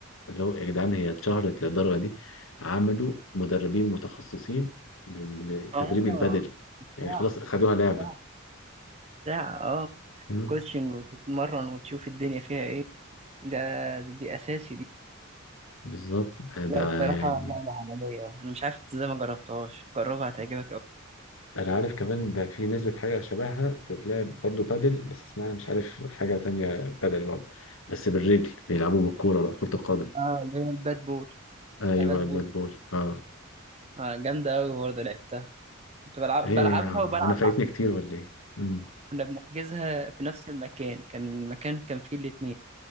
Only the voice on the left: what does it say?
اللي هو يا جدعان هي اتشهرت للدرجة دي عملوا مدربين متخصصين للتدريب
البدني يعني
خلاص خدوها لعبة
مم.
بالظبط ده ده
يعني
انا عارف كمان ده في نسبة حاجة شبهها بتتلعب برضو بادل بس اسمها مش عارف حاجة تانية بادل برضو بس بالرجل بيلعبوا بالكورة بقى كرة القدم
ايوه
الباد
بول اه
ايه
انا فايتني كتير ولا ايه مم.